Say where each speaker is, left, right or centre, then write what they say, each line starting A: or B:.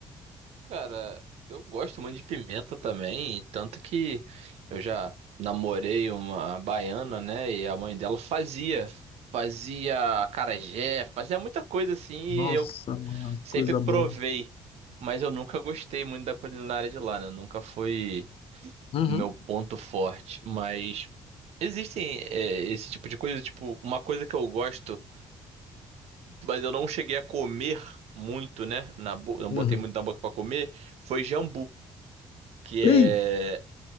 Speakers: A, on the right (about 60°); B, on the left (about 50°).
A: Cara, eu gosto muito de pimenta também, tanto que eu já namorei uma baiana, né? E a mãe dela fazia, fazia acarajé, fazia muita coisa assim,
B: Nossa,
A: e eu
B: mano,
A: sempre
B: coisa
A: provei,
B: boa.
A: mas eu nunca gostei muito da culinária de lá, né? Nunca foi
B: Uhum,
A: meu ponto forte, mas existem é, esse tipo de coisa, tipo, uma coisa que eu gosto. mas eu não cheguei a comer muito, né? Na bo... Não
B: uhum.
A: botei muito na boca pra comer. Foi jambu, que é
B: Ih,